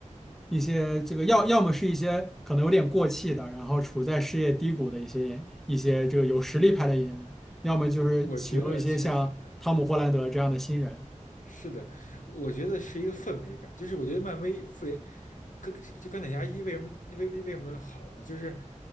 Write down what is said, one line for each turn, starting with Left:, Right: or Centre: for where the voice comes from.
Centre: 一些这个要要么是一些可能有点过气的，然后处在事业低谷的一些演一些这个有实力派的演员，要么就是启用一些像汤姆·
Left: 我觉得其实很难。
Centre: 霍兰德这样的新人，
Left: 是的，我觉得是一个氛围感，就是我觉得漫威复联跟就钢铁侠一为什么为为为什么好呢？就是